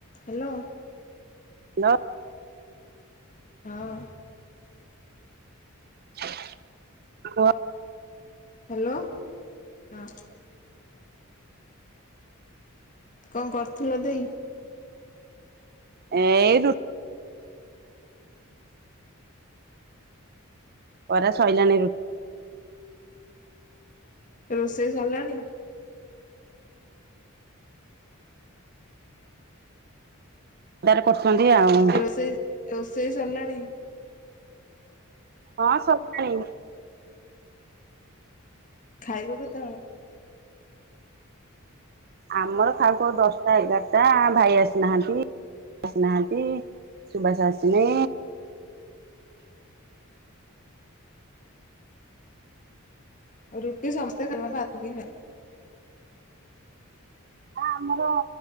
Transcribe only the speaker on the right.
ଲ
ହ <unintelligible>
ଏଇ ରୁ କରା ଶଇଲାଣି ରୁଟି।
ତାର କରୁଛନ୍ତି ଆଉ।
ହଁ ସଫେଇ
ଆମର ଖାଉ ଖାଉ ଦଶଟା ଏଗାରଟା ଭାଇ ଆସିନାହାନ୍ତି। ଆସିନାହାନ୍ତି ସୁବାସ ଆସିିନୀ
ଆମର